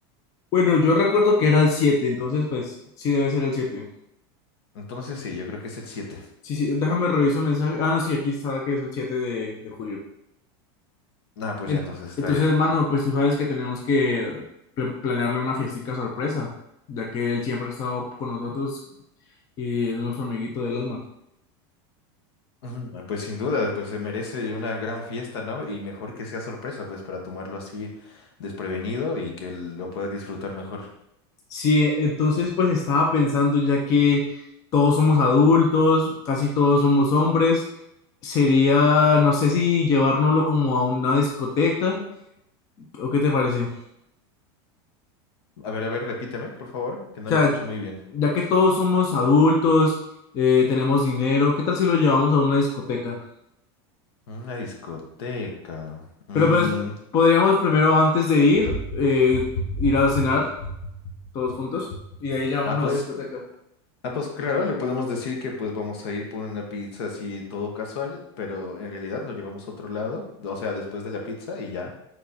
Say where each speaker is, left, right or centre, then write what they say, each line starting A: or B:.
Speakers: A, on the left; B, on the left.
A: bueno, yo recuerdo que era el 7, entonces pues sí debe ser el 7.
B: Entonces sí, yo creo que es el siete.
A: Sí, sí, déjame revisar un mensaje. Ah, no, sí, aquí está que es el 7 de, de julio.
B: Ah, pues
A: En-
B: ya entonces está
A: entonces,
B: bien.
A: mano, pues tú sabes que tenemos que pl- planearle una fiestica sorpresa, ya que él siempre ha estado con nosotros y es nuestro amiguito del alma.
B: Mm, Pues sin duda, pues se merece una gran fiesta, ¿no? Y mejor que sea sorpresa, pues para tomarlo así desprevenido y que lo pueda disfrutar mejor.
A: Sí, entonces pues estaba pensando, ya que todos somos adultos, casi todos somos hombres, sería, no sé si llevárnoslo como a una discoteca, ¿o qué te parece? O
B: A ver, a ver, repíteme, por favor, que no
A: sea,
B: lo escucho muy bien.
A: ya que todos somos adultos, eh, tenemos dinero, ¿qué tal si lo llevamos a una discoteca?
B: Una discoteca. Mm,
A: Pero pues podríamos primero antes de ir, eh, ir a cenar todos juntos y de ahí ya vamos
B: Ah, pues
A: a la discoteca.
B: Ah, pues claro, le podemos decir que pues vamos a ir por una pizza así todo casual, pero en realidad lo llevamos a otro lado, o sea, después de la pizza y ya,